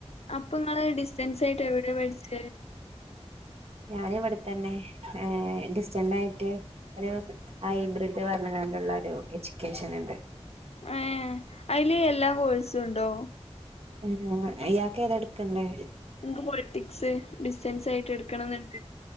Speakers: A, on the left; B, on the right.
A: അപ്പ നിങ്ങള് ഡിസ്റ്റൻസ് ആയിട്ട് എവിടെയ പേഠിച്ച
B: ഞാന ഇവിടെത്തന്നെ ഡിസ്റ്റന്റ് ആയിട്ട് ഒരു ഹൈബ്രിഡ് പറഞ്ഞ എജ്യക്കേഷൻ ഉണ്ട്
A: ഏ അതില് എല്ലാ കോഴ്സും ഉണ്ടോ
B: ആ അയാക്ക ഏതെടുക്കണ്ടേ
A: നിനിക്ക് പോൊളിറ്റിക്സ് ഡിസറ്റൻസ് ആയിട്ട് എടുക്കണെന്നണ്ട്